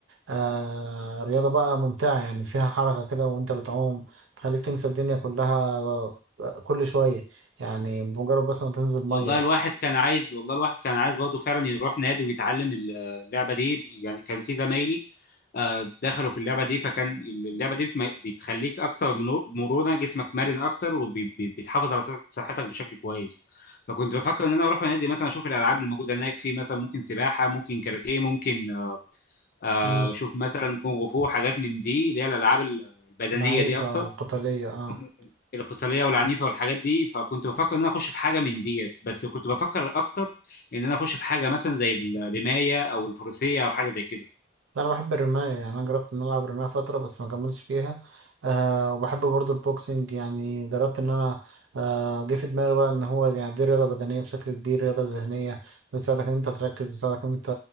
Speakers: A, on the right; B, on the left.
A: آه رياضة بقى ممتعة يعني فيها حركة كده وانت بتعوم تخليك تنسى الدنيا كلها آه، كل شوية يعني بمجرد بس ما تنزل مية
B: والله الواحد كان عايز والله الواحد كان عايز برضه فعلا يروح نادي ويتعلم اللعبه دي يعني كان في زمايلي آه، دخلوا في اللعبه دي فكان اللعبه دي بتم- بتخليك اكتر من- مرونه جسمك مرن اكتر وبتحافظ على صح- صحتك بشكل كويس فكنت بفكر ان انا اروح نادي مثلا اشوف الالعاب اللي موجوده هناك في مثلا ممكن سباحه ممكن كاراتيه ممكن آه،
A: مم،
B: اشوف مثلا كونغ فو حاجات من دي اللي هي الالعاب البدنيه
A: العنيفة
B: دي اكتر
A: والقتالية اه
B: مم. القتاليه والعنيفه والحاجات دي فكنت بفكر ان انا اخش في حاجه من ديت بس كنت بفكر اكتر ان انا اخش في حاجه مثلا زي الرمايه او الفروسيه او حاجه زي كده
A: لا، انا بحب الرماية يعني انا جربت ان انا العب رماية فترة بس ما كملتش فيها أه وبحب برضو البوكسنج يعني جربت ان انا أه جه في دماغي بقى ان هو يعني دي رياضة بدنية بشكل كبير رياضة ذهنية بتساعدك ان انت تركز بتساعدك ان انت